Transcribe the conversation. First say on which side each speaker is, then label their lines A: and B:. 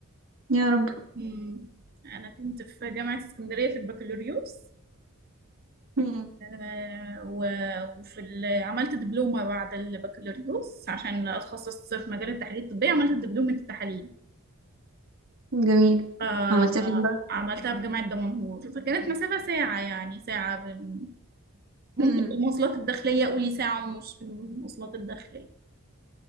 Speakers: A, on the right (about 65°); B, on the right (about 45°).
A: يا رب
B: امم انا كنت في جامعه اسكندريه في البكالوريوس
A: امم
B: آه، و- وفي ال- عملت دبلومة بعد البكالوريوس عشان أتخصص في مجال التحاليل الطبية عملت دبلومة التحاليل
A: جميل
B: فعملتها
A: عملتها فين بقى
B: في جامعة دمنهور فكانت مسافة ساعة يعني ساعة ب- ممكن
A: امم
B: بالمواصلات الداخلية قولي ساعة ونص بالمواصلات الداخلية